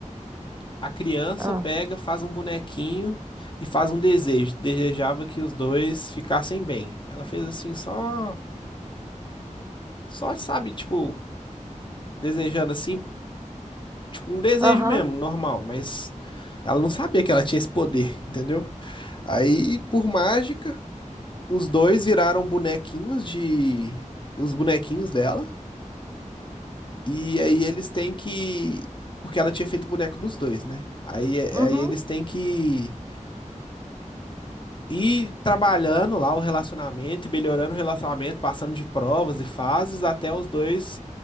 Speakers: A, on the left (about 40°); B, on the right (about 25°).
A: A criança
B: Ah,
A: pega, faz um bonequinho e faz um desejo. Desejava que os dois ficassem bem. Ela fez assim, só, só sabe, tipo, desejando assim, tipo um desejo
B: aham.
A: mesmo, normal, mas ela não sabia que ela tinha esse poder, <laughs> entendeu? Aí, por mágica, os dois viraram bonequinhos de os bonequinhos dela e aí eles têm que porque ela tinha feito o boneco dos dois, né? Aí, aí
B: Uhum.
A: eles têm que E trabalhando lá o relacionamento, e melhorando o relacionamento, passando de provas e fases, até os dois